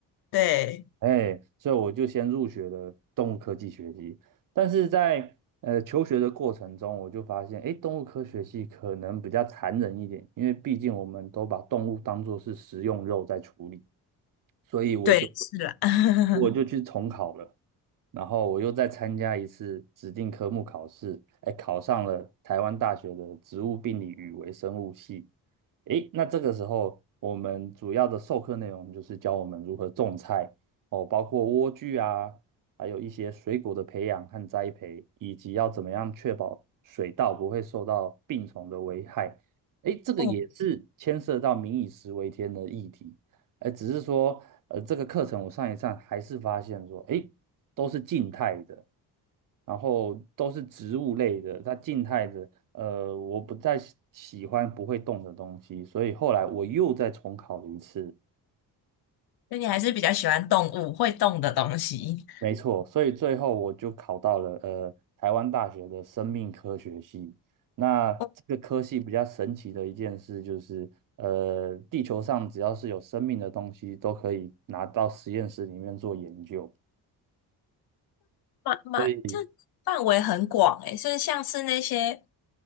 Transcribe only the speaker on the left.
对
对，是啦。<laughs>
哦，
那你还是比较喜欢动物，会动的东西。
我
蛮蛮，
这范围很广诶，所以像是那些